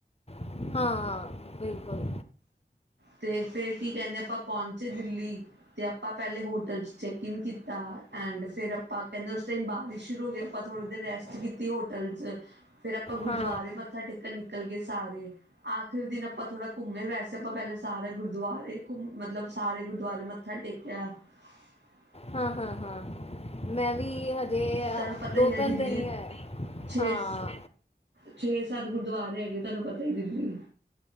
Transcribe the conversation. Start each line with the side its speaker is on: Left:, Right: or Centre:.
Left: ਹਾਂ। ਬਿਲਕੁਲ
Right: ਤੇ ਫੇਰ ਕੀ ਕਹਿੰਦੇ ਆਪਾਂ ਪਹੁੰਚੇ ਦਿੱਲੀ ਤੇ ਆਪਾਂ ਪਹਿਲੇ ਹੋਟਲ 'ਚ ਚੈੱਕਇਨ ਕੀਤਾ ਐਂਡ ਫੇਰ ਆਪਾਂ ਕਹਿੰਦੇ ਉਸ ਟਾਈਮ ਬਾਰਿਸ਼ ਸ਼ੁਰੂ ਹੋ ਗਈ ਆਪਾਂ ਥੋੜ੍ਹੀ ਦੇਰ ਰੈਸਟ ਕੀਤੀ ਹੋਟਲ ਚ ਫੇਰ ਆਪਾਂ ਗੁਰਦੁਆਰੇ
Left: ਹਾਂ
Right: ਮੱਥਾ ਟੇਕਣ ਨਿਕਲ ਗਏ ਸਾਰੇ ਆਖਰੀ ਦਿਨ ਆਪਾਂ ਥੋੜਾ ਘੁੰਮੇ ਵੈਸੇ ਆਪਾਂ ਪਹਿਲ ਸਾ ਗੁਰਦੁਆਰੇ ਘਕ ਮਤਲਬ ਸਾਰੇ ਗੁਰਦੁਆਰੇ ਮੱਥਾ ਟੇਕਿਆ। <unintelligible>
Left: ਹਾਂ-ਹਾਂ-ਹਾਂ ਮੈਂ ਕਿ ਹਜੇ ਆ
Right: ਤੁਹਾਨੂੰ ਪਤਾ
Left: ਦੋ-ਤਿੰਨ
Right: ਹੀ ਹੈ ਦਿੱਲੀ
Left: ਦਿਨ ਹੈ
Right: ਛੇ
Left: ਹਾਂ।
Right: ਛੇ ਸੱਤ ਗੁਰਦੁਆਰੇ ਹੈਗੇ ਤੁਹਾਨੂੰ ਪਤਾ ਹੀ ਦਿੱਲੀ।